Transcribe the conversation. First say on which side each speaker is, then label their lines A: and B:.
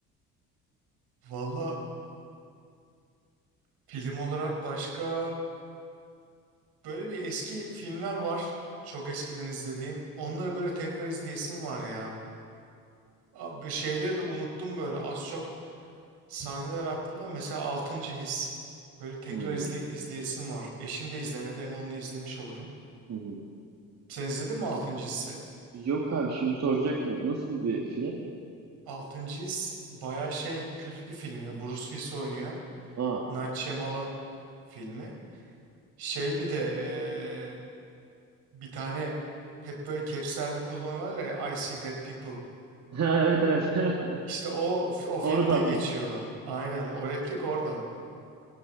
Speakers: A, on the right (about 60°); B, on the right (about 35°).
A: Valla film olarak başka Böyle bir eski filmler var. Çok eskiden izlediğim. Onları böyle tekrar izleyesim var ya. Abi şeyleri de unuttum böyle az çok. Sahneler hakkında mesela altıncı His. Böyle tekrar
B: Hmm.
A: izle, izleyesim var. Eşim de izlemedi ama onu da izlemiş olurum.
B: Hı hı.
A: Sen izledin mi altıncı His'i?
B: Yok abi şimdi soracaktım. Nasıl bir film?
A: Altıncı His bayağı şey kült bir film ya. Bruce Willis oynuyor.
B: Aa.
A: Night Shyamalan filmi. Şey bir de eee, bir tane hep böyle capslerde kullanıyorlar ya I See Dead People.
B: <laughs> Evet evet. <laughs>
A: İşte o o filmde
B: Oradan
A: geçiyor.
B: da.
A: Aynen o replik oradan.